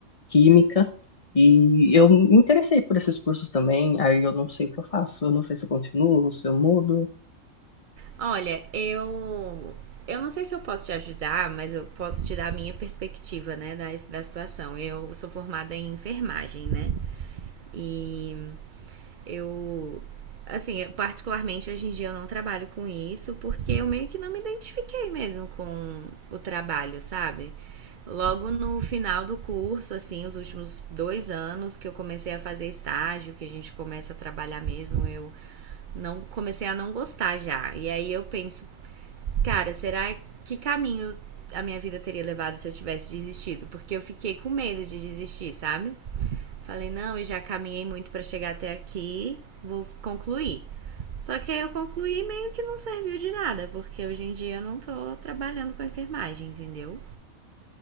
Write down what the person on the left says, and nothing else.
química. E eu me interessei por esses cursos também. Aí eu não sei o que eu faço. Eu não sei se eu continuo, se eu mudo.